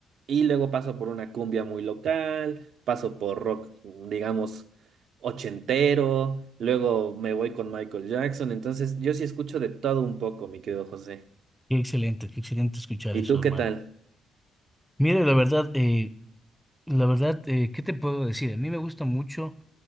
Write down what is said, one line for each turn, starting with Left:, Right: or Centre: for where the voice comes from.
Right: y luego paso por una cumbia muy local, paso por rock, digamos, ochentero, luego me voy con Michael Jackson, entonces yo sí escucho de todo un poco, mi querido José.
Centre: qué excelente, qué excelente escuchar
Right: ¿Y
Centre: eso,
Right: tú
Centre: hermano.
Right: qué tal?
Centre: Mira, la verdad, eh, la verdad, eh, ¿qué te puedo decir? A mí me gusta mucho.